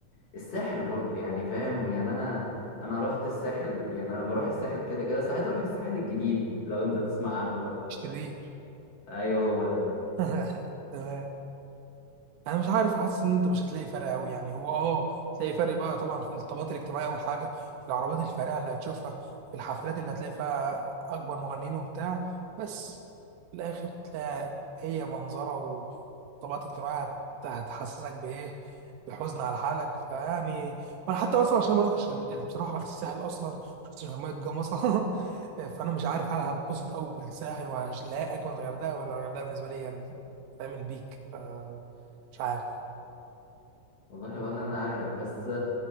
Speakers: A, on the left; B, on the right.
A: الساحل برضو يعني فاهم يعني انا انا رحت الساحل يعني انا بروح الساحل كده كده بس عايز اروح الساحل الجديد لو انت تسمع عنه بقى
B: شرير
A: ايوه هو ده
B: <laughs> تمام انا مش عارف حاسس ان انت مش هتلاقي فرق قوي يعني هو اه تلاقي فرق بقى طبعا في الطبقات الاجتماعيه اول حاجه في العربيات الفارهه اللي هتشوفها في الحفلات اللي هتلاقي فيها اكبر مغنيين وبتاع بس في الاخر تلاقي هي منظره وطبقات اجتماعيه هت- هتحسسك بايه بحزن على حالك فيعني وانا حتى اصلا عشان ما رحتش ال- ال- بصراحه الساحل اصلا ما شفتش غير ميه جمصه <laughs> فانا مش عارف هل هتبسط قوي بالساحل وهلاقي اجمل الغردقه ولا الغردقه بالنسبه لي هي ال- فاهم البيك مش عارف
A: والله ولا انا عارف بس